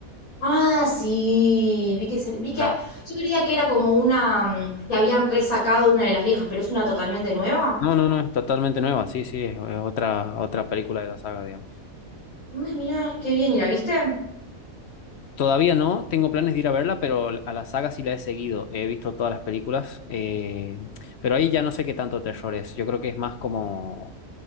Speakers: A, on the left; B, on the left.
A: Ah, sí, vi que se, vi que
B: La...
A: yo creía que era como una mm, que habían resacado una de las viejas, pero es una totalmente nueva.
B: No, no, no, es totalmente nueva, sí, sí, es, es otra, otra película de la saga, digamos.
A: Ay, mirá, qué bien, ¿y la viste?
B: Todavía no, tengo planes de ir a verla, pero a la saga sí la he seguido, he visto todas las películas, eh, pero ahí ya no sé qué tanto terror es, yo creo que es más como